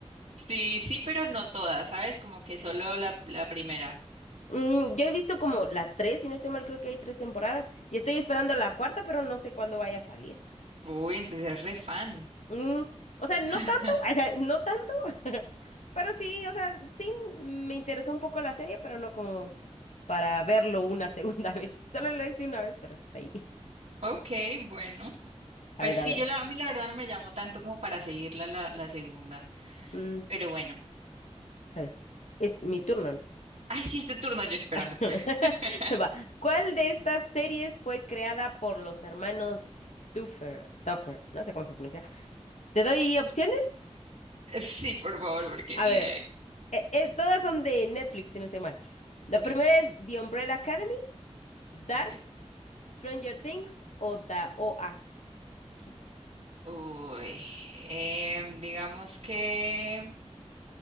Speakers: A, on the right; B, on the left.
A: Sí, sí, pero no todas, ¿sabes? Como que solo la, la primera.
B: Mm, yo he visto como las tres, si no estoy mal, creo que hay tres temporadas y estoy esperando la cuarta, pero no sé cuándo vaya a salir.
A: Uy, entonces eres re fan.
B: Mm, o sea, no
A: <laughs>
B: tanto, o sea, no tanto, <laughs> pero sí, o sea, sí me interesó un poco la serie, pero no como para verlo una segunda <laughs> vez. Solo lo hice una vez, pero está ahí.
A: Ok, bueno. Pues
B: A ver,
A: sí,
B: a ver.
A: yo la, a mí la verdad no me llamó tanto como para seguirla la, la segunda.
B: Mm,
A: Pero bueno.
B: a ver. Es mi turno, ¿no?
A: Ah, sí, es tu turno yo esperando.
B: <laughs>
A: <laughs>
B: Va. ¿Cuál de estas series fue creada por los hermanos Duffer? Duffer, no sé cómo se pronuncia. ¿Te doy opciones?
A: Sí, por favor, porque
B: A
A: ni
B: ver.
A: idea.
B: eh, eh, todas son de Netflix, si no estoy mal. La
A: Ok,
B: primera es The Umbrella Academy. Dark.
A: ok.
B: Stranger Things o da OA. ¿Qué?
A: Uy, em, digamos que